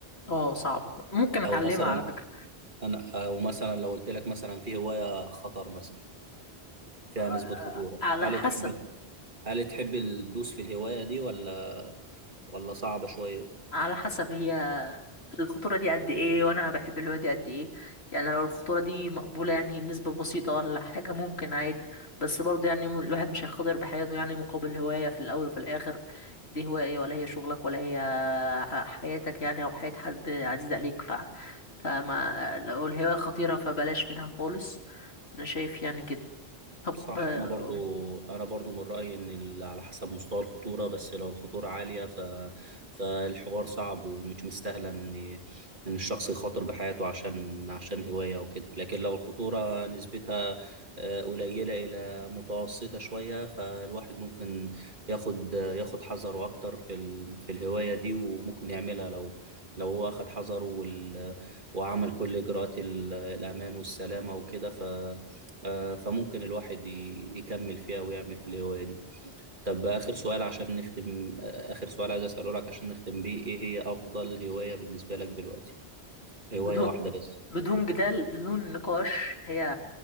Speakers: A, on the left; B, on the right.
A: اه صعبة ممكن أتعلمها
B: أو مثلا
A: على فكرة
B: أنا أو مثلا لو قلت لك مثلا في هواية خطر مثلا فيها
A: آه،
B: نسبة خطورة
A: على
B: هل
A: حسب
B: تحب هل تحب تدوس في الهواية دي ولا ولا صعبة شوية؟
A: على حسب هي الخطورة دي قد إيه وأنا بحب الهواية دي قد إيه يعني لو الخطورة دي مقبولة يعني نسبة بسيطة ولا حاجة ممكن عادي بس برضو يعني م- الواحد مش هيخاطر بحياته يعني مقابل هواية في الأول وفي الآخر دي هواية ولا هي شغلك ولا هي ح- حياتك يعني أو حياة حد عزيز عليك ف... فما لو الهواية خطيرة فبلاش منها خالص انا شايف يعني كده طب
B: صح
A: آه،
B: انا برضو انا برضو من رايي ان ال- على حسب مستوى الخطوره بس لو الخطوره عاليه ف فالحوار صعب ومش مستاهله ان ان الشخص يخاطر بحياته عشان عشان هوايه وكده لكن لو الخطوره نسبتها آه، قليله الى متوسطه شويه فالواحد ممكن ياخد ياخد حذره اكتر في ال... في الهوايه دي وممكن يعملها لو لو هو اخد حذره وال... وعمل كل اجراءات ال- الامان والسلامه وكده ف آه، فممكن الواحد ي- يكمل فيها ويعمل في الهواية دي طب آخر سؤال عشان نختم آه، آخر سؤال عايز أسأله لك عشان نختم بيه إيه هي أفضل هواية بالنسبة لك دلوقتي هواية
A: بدون
B: واحدة بس
A: بدون جدال بدون نقاش هي